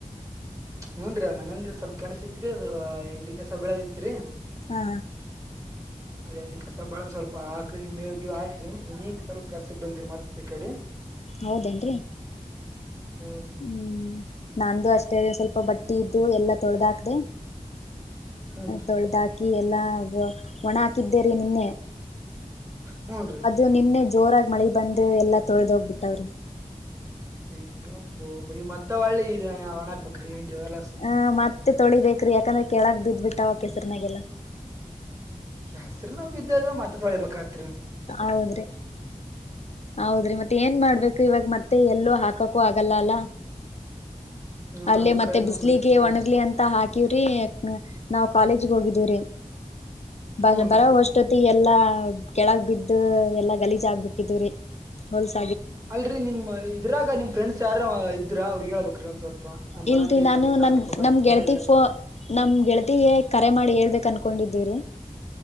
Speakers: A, on the right; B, on the left.
A: ನೂನ್್ರ <inaudible> ಮನಂದ ಸ್ವಲ್ಪ ಕೆಲಸ ಇತ್ರಿ ಅದು ಎಂಡಿ ಕಸ ಬೆಳದಿತ್ರಿ
B: ಹಾ
A: ಅದೇ ಅಂಡಿ ಕಸ ಬಾಳಗ್ ಸ್ವಲ್ಪ ಆಕ್ಳಿಗೆ ಮೇಗಿ ಹಾಕ್ರಿ ಈಗ ಸ್ವಲ್ಪ ಕೆಲ್ಸ ಬಂದಿರಿ ಮತ್ತೆ ತ ಕಡಿ
B: ಹೌದೇನ್ರೀ
A: ಹ್ಮ್
B: ಹ್ಮ್ ನಂದು ಅಷ್ಟ ಅಷ್ಟ ಸ್ವಲ್ಪ ಬಟ್ಟಿ ಇದ್ದು ಎಲ್ಲ ತೊಳೆದ್ ಹಾಕ್ದೆ
A: ಹೂನ್ರಿ
B: ತೊಳದಾಕ ಹಾಕಿ ಎಲ್ಲಾ ಒಣ ಹಾಕಿದ್ದೇರಿ ನಿನ್ನೆ
A: ಹೂನ್ರಿ
B: ಅದು ನಿನ್ನೆ ಜೋರಾಗಿ ಮಳಿ ಬಂದು ಎಲ್ಲಾ ತೊಳ್ದ ಹೋಗ್ಬಿಟ್ಟಾವ್ರಿ
A: ಅಯ್ಯಪ್ಪೋ ಮತ್ತೆ ಒಳ್ಳಿ ಇದೆ ಒಣಾಕ್ಬೇಕ್ರಿ ಹೊಲಸ
B: ಹ ಮತ್ತೆ ತೊಳಿಬೇಕ್ರಿ ಯಾಕಂದ್ರೆ ಕೆಳಗ್ ಬ್ಬಿಟ್ಟ ಅವ ಕೆಸರಿನಾಗೆಲ್ಲ
A: ಕ್ಯಾಸ್ರನ ಬಿದ್ದದದು ಮತ ತೊಳಿಬೇಕತ
B: ಹೌದ್ರಿ ಹೌದ್ರಿ ಮತ್ತೆ ಏನ್ ಮಾಡ್ಬೇಕು ಇವಾಗ ಮತ್ತೆ ಎಲ್ಲೋ ಹಾಕ ಪಕ್ಕಕ್ಕೂ ಆಗಲ್ಲ ಅಲ್ಲ
A: ಹ್ಮ
B: ಅಲ್ಲೇ
A: ಅದು
B: ಮತ್ತೆ
A: ಕರಿನ
B: ಬಿಸ್ಲಿಗೆ
A: ಬಿಡ್ರಿ ನೀವ್ ಹೇಳದ
B: ಒಣಗ್ಲಿ ಅಂತ ಹಾಕಿವ್ರಿ ನಾವು ಕಾಲೇಜಿಗೆ ಹೋಗಿದೀವ್ರಿ ಬ
A: ಹೂನ್
B: ಬರೋವಷ್ಟೊತ್ತಿಗೆ
A: ರೀ
B: ಎಲ್ಲಾ ಕೆಳಗ್ ಬಿದ್ದು ಎಲ್ಲಾ ಗಲೀಜ ಆಗ್ಬ ಬಿಟ್ಟಿದವ್ರೀ ಹೊಲ್ಸ
A: ಅಲ್ರರಿ ನಿಮ್ ಇದ್ರಾಗ ನಿಮ್ ಫ್ರೆಂಡ್ಸ್ ಯಾರ ಇದ್ರ ಅವ್ರಗ್ ಹೇಳ್ಬೇಕಕ್ ರಿ ಒಂದ್ ಸ್ವಲ್ಪ ನಾನ್
B: ಇಲ್ರರಿ
A: ಬರೋದ್ ಲೇಟ್
B: ನಾನು
A: ಆಗುತ್ತಾ
B: ನಮ
A: ಸ್ವಲ್ಪ ಬಟ್
B: ನಮ್ ಗೆಳತಿಗ್ೋ
A: ಮಳೆ ಗಿಳೆ ಬಂದ್ರ
B: ನಮ್ ಗೆಳತಿಗೆ ಕರೆ ಮಾಡಿ ಹೇಳ್ಬೇಕನ್ಕ ಕಕೊಂಡಿದ್ದೀರಿ